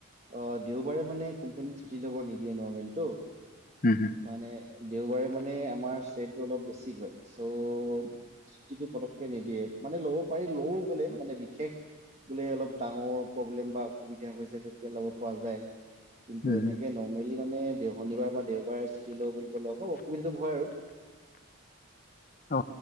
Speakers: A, on the right; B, on the left.
A: অ, দেওবাৰে মানে কোম্পানীত ছুটি লব নিদিয়ে নৰ্মেলিটো।
B: উম হুম
A: মানে, দেওবাৰে মানে আমাৰ চেলটো অলপ বেছি হয়। চ' চুটিটো পতককে নিদিয়ে। মানে ল'ব পাৰি লয়ও গলে মানে বিশেষ বোলে অলপ ডাঙৰ প্ৰব্লেম বা অসুবিধা হৈছে তেতিয়া ল'ব পৰা যায়। কিন্তু
B: উম
A: এনেকে নৰ্মেলি মানে, দেও শনিবাৰ দেওবাৰে ছুটি লম বুলি ক'লে অল অসুবিধাতটো হয় আৰু।
B: অ।